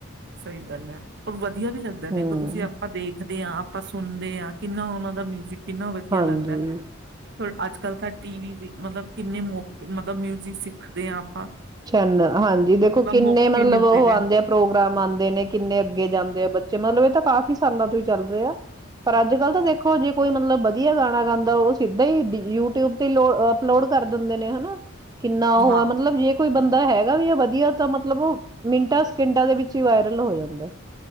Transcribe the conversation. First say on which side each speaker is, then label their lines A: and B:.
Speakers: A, on the right; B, on the right.
A: ਸਹੀ ਗੱਲ ਹੈ ਉਹ ਵਧੀਆ ਵਧੀਆ ਵੀ ਲੱਗਦਾ ਦੇੇਖੋ
B: ਹਮ
A: ਤੁਸੀਂ ਆਪਾਂ ਦੇਖਦੇ ਹਾਂ ਆਪਾਂ ਸੁਣਦੇ ਹਾਂ ਕਿੰਨਾ ਉਹਨਾਂ ਦਾ ਮਿਊਜਿਕ ਕਿੰਨਾ ਵਧੀਆ
B: ਹਾਂਜੀ
A: ਲੱਗਦਾ ਪਰ ਅੱਜ ਕੱਲ ਤਾਂ ਟੀ ਵੀ ਮਤਲਬ ਕਿੰਨੇ ਮੌਕੇ ਮਤਲਬ ਮਿਊਜਿਕ ਸਿੱਖਦੇ ਆ ਆਪ
B: ਨ ਹਾਂਜੀ ਦੇਖੋ ਕਿੰਨੇ
A: ਮੌਕੇ
B: ਮਤਲਬ
A: ਮਿਲਦੇ
B: ਉਹ
A: ਨੇ
B: ਆਉਂਦੇ ਆ ਪ੍ਰੋਗਰਾਮ ਆਂ ਦੇ ਨੇ ਕਿੰਨੇ ਅੱਗੇ ਜਾਂਦੇ ਆ ਬੱਚੇ ਮਤਲਬ ਇਹ ਤਾਂ ਕਾਫ਼ੀ ਸਾਲਾਂ ਤੋਂ ਹੀ ਚੱਲ ਰਹੇ ਆ ਪਰ ਅੱਜ ਕੱਲ੍ਹ ਤਾਂ ਦੇਖੋ ਜੇ ਕੋਈ ਮਤਲਬ ਵਧੀਆ ਗਾਣਾ ਗਾਂਦਾ ਉਹ ਸਿੱਧਾ ਹੀ ਯੂਟਿਊਬ ਤੇ ਲੋ ਅਪਲੋਡ ਕਰ ਦਿੰਦੇ ਨੇ ਹਨਾ ਕਿੰਨਾ ਉਹ
A: ਹਾਂ
B: ਹੈ ਮਤਲਬ ਜੇ ਕੋਈ ਬੰਦਾ ਹੈਗਾ ਵੀ ਆ ਵਧੀਆ ਤਾਂ ਮਤਲਬ ਉਹ ਮਿੰਟਾਂ ਸਕਿੰਟਾਂ ਦੇ ਵਿੱਚ ਹੀ ਵਾਇਰਲ ਹੋ ਜਾਂਦਾ